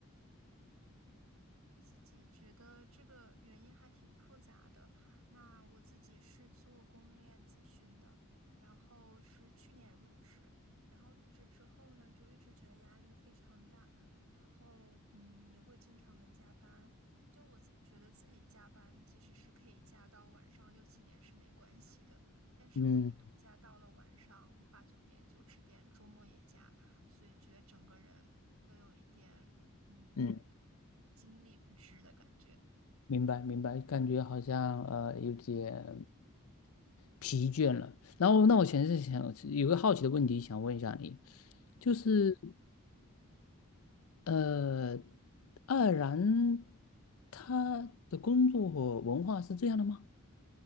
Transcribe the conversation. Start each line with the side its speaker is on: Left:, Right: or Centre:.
Right: 嗯，我自己觉得这个原因还挺复杂的。那我自己是做供应链咨询的，然后是去年入职，然后入职之后呢，就一直觉得压力非常大，然后嗯，也会经常的加班。就我觉得自己加班其实是可以加到晚上六七点是没关系的，但是我一度加到了晚上八九点、
Left: 嗯
Right: 九十点，周末也加。所以觉得整个人都有一点嗯，
Left: 嗯，
Right: 精力不支的感觉。
Left: 明白明白，感觉好像呃有点疲倦了。然后，那我其实是想有个好奇的问题想问一下你，就是。
Right: 嗯
Left: 呃，爱尔兰他的工作和文化是这样的吗？